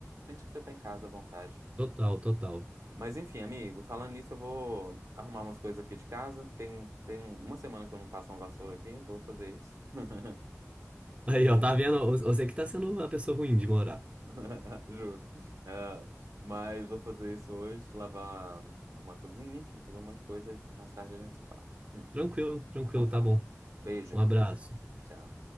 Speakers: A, on the right; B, on the right.
A: sente que você tá em casa à vontade.
B: Total, total.
A: Mas enfim, amigo, falando nisso, eu vou arrumar umas coisas aqui de casa. Tem, tem uma semana que eu não passo uma vassoura aqui, vou fazer isso. <laughs>
B: Aí,
A: E aí,
B: ó, tá vendo? Você que tá sendo a pessoa ruim de morar.
A: <laughs> juro. Ah, mas vou fazer isso hoje, lavar, arrumar a cozinha, enfim, fazer um monte de coisa. Mais tarde a gente se fala. Hum,
B: Tranquilo, tranquilo,
A: Então tá.
B: tá bom.
A: Beijo.
B: Um abraço.
A: Tchau.